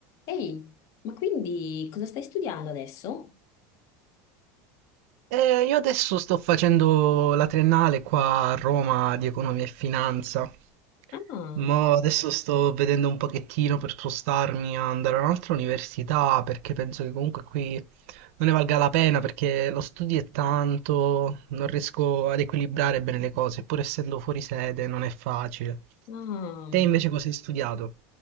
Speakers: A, on the left; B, on the right.
A: Ehi, ma quindi cosa stai studiando adesso?
B: Eh, io adesso sto facendo la triennale qua a Roma di economia e finanza.
A: Ah,
B: Mo adesso sto vedendo un pochettino per spostarmi a andare a un'altra università perché penso che comunque qui non ne valga la pena perché lo studio è tanto, non riesco ad equilibrare bene le cose, pur essendo fuori sede non è facile.
A: ah.
B: Te invece cosa hai studiato?